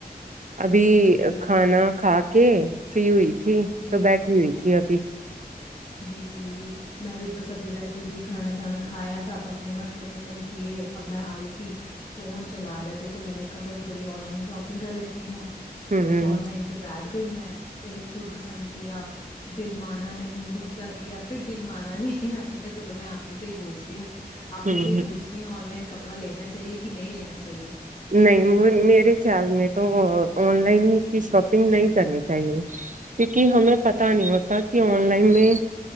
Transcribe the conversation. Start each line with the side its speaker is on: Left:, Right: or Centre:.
Right: ابھی
Left: جی جی
Right: کھانا
Left: بس
Right: خاکے <unintelligible> تھی
Left: جی
Right: تو بیٹھی
Left: جی
Right: ہوئی تھی ابھی
Left: جی جی جی میں بھی بس ابھی بیٹھی تھی کھانا چھانا کھایا سب اپنے مسئلے ختم کیے اب میں آئی تھی فون چلا رہے تھے تو میں نے کہا چل تھوڑی آن لائن شاپنگ کر لیتی ہوں
Right: ہوں
Left: بس آن لائن پہ بیٹھ ئی میں ایک سوٹ پسند کیا دل مانا نہیں دوسرا کیا پھر دل مانا نہیں میں نے کہا چلو میں آپ ہی سے ہی پوچھتی ہوں آپ
Right: ہ
Left: ہی سے ہی پوچھتی ہوں آن لائن کا کپڑا لینا چاہیے کہ نہیں لینا چاہیے
Right: نہیں میرے خیال میں تو آن لائن کی شاپنگ نہیں کرنی چاہیے کیونکہ ہمیں پت نہیں ہوتا کہ آن لائن میں